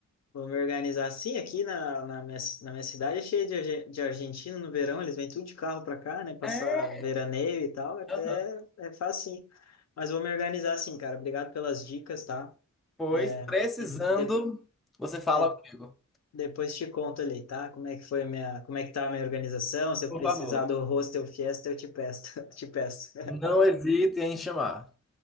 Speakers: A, on the left; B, in the centre.
A: Vou me organizar assim. Aqui na, na minha, na minha cidade é cheia de, arge- de argentino no verão, eles vêm tudo de carro para cá, né? Passar
B: É,
A: veraneio e tal, é,
B: Aham.
A: é fácil sim. Mas vou me organizar assim, cara. Obrigado pelas dicas, tá?
B: Pois,
A: É,
B: precisando,
A: e de-
B: você fala
A: de-
B: comigo.
A: depois te conto ali, tá? Como é que foi a minha, como é que tá a minha organização. Se eu
B: por
A: precisar
B: favor.
A: do hostel fiesta, eu te peço, <laughs> te peço.
B: Não hesite em chamar.